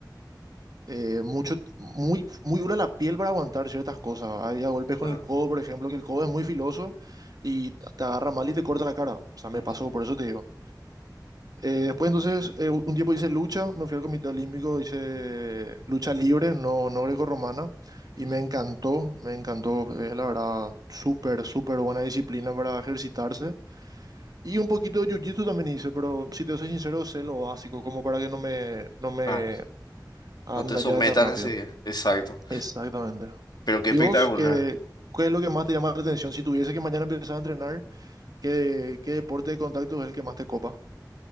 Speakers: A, on the right; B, on the left.
A: eh, mucho, muy, muy dura la piel para aguantar ciertas cosas. Había golpes con
B: Claro.
A: el codo, por ejemplo, que el codo es muy filoso y t- te agarra mal y te corta la cara. O sea,
B: ujú,
A: me pasó, por eso te digo. Eh, después, entonces, eh, un tiempo hice lucha, me fui al Comité Olímpico, hice lucha libre, no, no grecorromana, y
B: ujú,
A: me encantó, me encantó. Es la verdad, súper, súper buena disciplina para ejercitarse. Y un poquito de jiu-jitsu también hice, pero si te soy sincero, sé lo básico, como para que no me, no me
B: Claro.
A: hagan
B: No te
A: una
B: sometan
A: llave tan rápido.
B: así Exacto.
A: Exactamente.
B: Pero qué
A: ¿Y
B: espectacular.
A: vos qué, qué es lo que más te llama la atención? Si tuviese que mañana empezar a entrenar, ¿qué, qué deporte de contacto es el que más te copa?